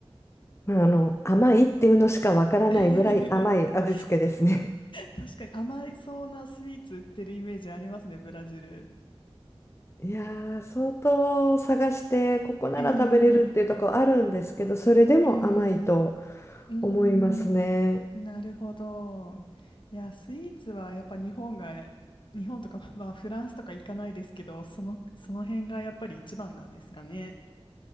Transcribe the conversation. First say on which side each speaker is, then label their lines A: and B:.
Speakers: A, on the left; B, on the left.
A: まあ、あの、甘いっていうのしかわからないぐらい甘い味付けですね。
B: <laughs> 確かに甘いそうなスイーツ売ってるイメージありますね、ブラジル。
A: <laughs> いやー、相当探して、ここなら食べれるっていうところあるんですけど、
B: ええ
A: それでも甘いと
B: ええうーん、
A: 思いますね。
B: なるほど。いや、スイーツはやっぱ日本が、日本とか、<laughs> まあフランスとか行かないですけど、その、その辺がやっぱり一番なんですかね。